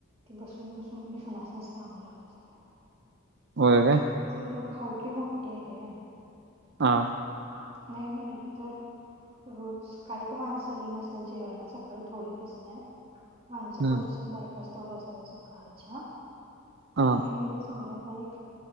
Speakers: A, on the right; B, on the right.
A: ती बसून बसून कोणी सुनासणीच कामा लावत सगळ्या
B: हो का
A: तर भाऊ की मोठे आहे रे
B: हा
A: हा, नाही म्हणलं तर रोज सकाळी की माणसा लई असतात जेवायला सकाळी थोडेच असत्यात. माणसं
B: हम्म
A: कोण नसतात बायकाच तेवढं असतातं सकाळच्या
B: हा
A: नाय म्हणल संध्या एक